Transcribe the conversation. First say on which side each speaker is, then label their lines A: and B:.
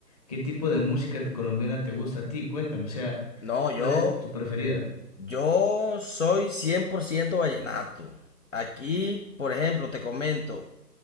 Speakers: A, on the left; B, on the left.
A: ¿qué tipo de música colombiana te gusta a ti? Cuéntame, o sea,
B: no, yo...
A: ¿cuál es tu preferida?
B: Yo soy 100% vallenato. Aquí, por ejemplo, te comento,